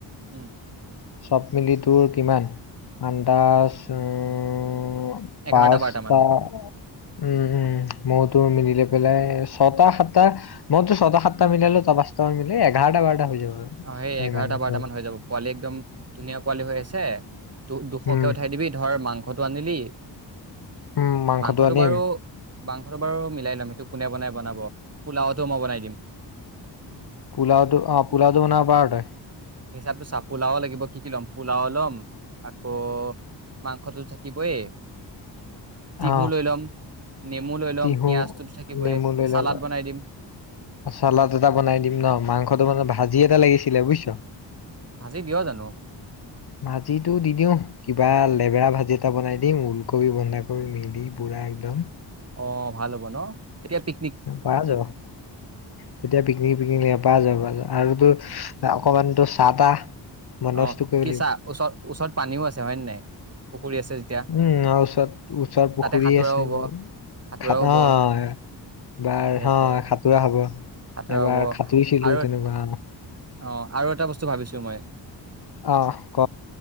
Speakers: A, on the right; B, on the left.
A: উম।
B: চ'ব মিলি তোৰ কিমান, আন্দাজ উম
A: এঘাৰটা,
B: পাঁচটা
A: বাৰটা মান।
B: উম, মোৰ তোৰ মিলিলৈ পেলাই ছটা, সাত মইতো ছটা, সাতটা মিলালো, তই পচটা মান মিলে এঘাৰটা বাৰটা হৈ যাব। আৰু
A: অ', এই
B: সিমানে
A: এঘাৰটা, বাৰটামান
B: ধৰ
A: হৈ যাব, পোৱালি একদম ধুনীয়া পোৱালি হৈ আছে। দু-দুশকে
B: উম
A: উঠাই দিবি, ধৰ মাংসটো আনিলি,
B: উম
A: মাংসটো
B: আনিম
A: বাৰু মাংসটো বাৰু মিলাই ল'ম, সেইটো কোনে বনাই বনাব, পোলাওতো মই বনাই দিম।
B: পুলাওটো, অ', পুুলাওটো বনাব পাৰ তই।
A: হিচাপটো চা পোলাও লাগিব, কি কি ল'ম? পোলাও ল'ম, আকৌ মাংসটো থাকিবই তিহু
B: অ
A: লৈ লম। নেমু লৈ ল'ম
B: তিহু
A: পিয়ঁয়াজটোতো থাকিবই
B: নেমু লৈ
A: চালাদ
B: ল'ব
A: বনাই দিম।
B: চালাদ এটা বনাই দিম ন, মাংসটো মানে ভাজি এটা লাগিছিলে বুজিছ।
A: ভাজি দিয় জানো?
B: ভাজিটো দি দিও, কিবা লেবেৰা ভাজি এটা বনাই দিম, ওলকবি বন্ধা ক গৈ মিলি পুৰা একদম।
A: অ' ভাল হ'ব ন, এতিয়া <unintelligible>
B: <unintelligible> যাব। তেতিয়া পিকনিক পিকনিক <unintelligible> অকমানটো চাহ তাহ বন্দবস্ত
A: অ',
B: কৰিব
A: কিচা
B: লাগিব
A: ওচৰত ওচৰত পানীও আছে হয় নাই? পুখুৰী আছে যেতিয়া,
B: উম', ওচৰত ওচৰত পুখুৰী
A: তাতে সাঁতোৰাও
B: আছে
A: হ'ব।
B: বোৰ।
A: সাঁতোৰা
B: খানা
A: হ'ব
B: এ। <unintelligible>
A: সেয়েহে
B: সাঁতোৰা হ'ব,
A: সাঁতোৰা
B: এবাৰ
A: হ'ব
B: খাতুইচিলো
A: আৰু
B: তেনেকুৱা <inaudible>
A: অ', আৰু এটা বস্তু ভাবিছোঁ মই।
B: অ', ক।